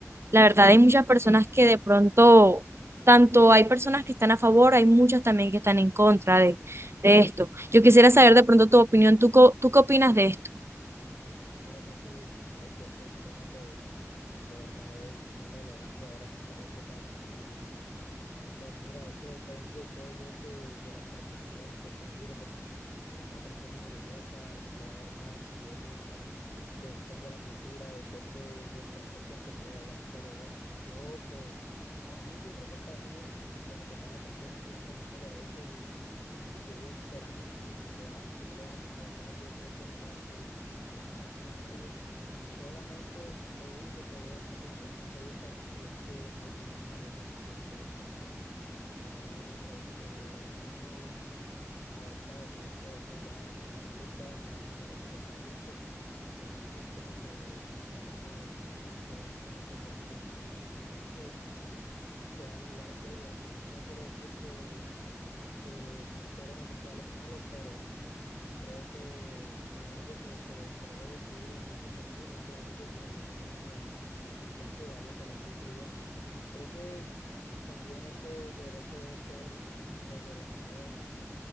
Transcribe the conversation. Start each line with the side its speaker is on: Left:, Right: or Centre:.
Right: La verdad, hay muchas personas que de pronto, tanto hay personas que están a favor, hay muchas también que están en contra de, de esto. Yo quisiera saber de pronto tu opinión, ¿tú, co- tú qué opinas de esto?
Left: Mira, Katy, este, ese es un tema que de verdad es muy relevante ahora en estas épocas y pues mira, eso depende, creo yo, que de la perspectiva en que se mire, porque si es una persona religiosa lo va a ver mal, si es una, depende de la cultura, depende del contexto en que se vea allá, pero bueno, yo pues, para mí yo creo que está bien, como que cada persona tiene los mismos derechos y ellos verán si lo hacen, si no lo hacen. La verdad, yo creo que no le hace daño a nadie. Solamente lo único que veo mal y que no me gusta es que hay muchas parejas que quieren como tener este, niños adoptados y eso ya si no me gusta, no me parece que está bien porque los niños como que a veces pueden como que tomar a sus padres como ejemplo y quizás sean iguales que ellos. No quiero decir que que ser homosexual es malo, pero creo que es algo que, se de- que debe decidir el niño por sí, no por algo que lo esté como asociando o algo que lo esté influyendo. Creo que también ese derecho debe ser pues orientado a,